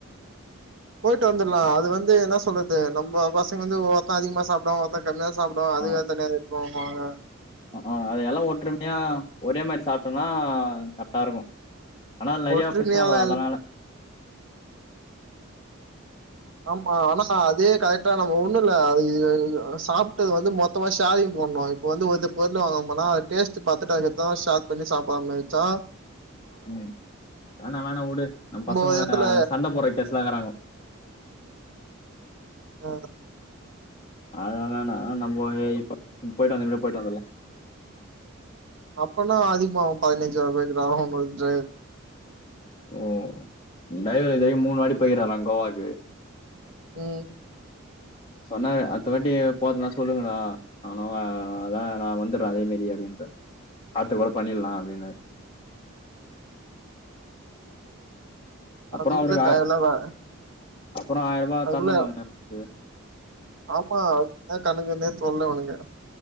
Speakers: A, on the right; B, on the left.
A: ட்டு வந்துடலா அது வந்து என்ன சொல்றது நம்ம பசங்க வந்து ஒவ்வொருத்த அதிகமா சாப்டுவாங்க ஒவ்வொருத்த கம்மியா சாப்புடுவாங்க அதுவே
B: ஆ
A: தனியா எடுத்துட்டு வரணும்பாங்க
B: ஆ அது எல்லா ஒற்றுமையா ஒரே மாரி சா சாப்பிட்டோம்னா கரெக்டா இருக்கும் ஆனா அதுல நெறைய
A: ஒற்றுமையாலா
B: பிரச்சன வரும் அதனால
A: இல்ல ஆமா ஆனா அதே கரெக்டா நம்ம ஒண்ணு இல்ல அது சாப்பிட்டது வந்து மொத்தமா ஷேரிங் போடணு இப்ப வந்து ஒரு இது பொருள் வாங்கனம்னா டேஸ்ட் பாத்துட்டு அதுக்கடுத்துதா ஷேர் பண்ணி சாப்புட்ற மாரி இருந்துச்சா
B: ம் வேணா வேணா வுடு நம்ம பசங்க
A: ஒரு எடத்துல
B: அத சண்ட போட்ற கேசலாம் இருக்றாங்க
A: ஆ
B: அத வேணா நம்போ இப்ப போய்ட்டு வந்த மாரியே போயிட்டு வந்துருலா
A: அப்பனா அதிகமாவு பதினைஞ்சாயிரூபா கிட்ட ஆகும் பதினைஞ்சாயிர
B: ஓ டைவர் இதுவரைக்கு மூணு வாடி போயிக்றாரா கோவாக்கு
A: ம்
B: சொன்னாரு அடுத்த வாட்டி போதுன்னா சொல்லுங்கா நானு அ அதா நா வந்துட்றே அதே மாரி அப்டின்ட்டு பாத்து கூட பண்ணிடலா அப்டின்னு அப்றோ
A: அதுக்குள்ள
B: அவருக்கு ஆ
A: க எல்லா
B: அப்றோ ஆயர்ரூபா
A: அதுக்குள்ள
B: தரணும்மாமே அவருக்கு
A: ஆமா அது என்ன கணக்குனே சொல்லல அவனுங்க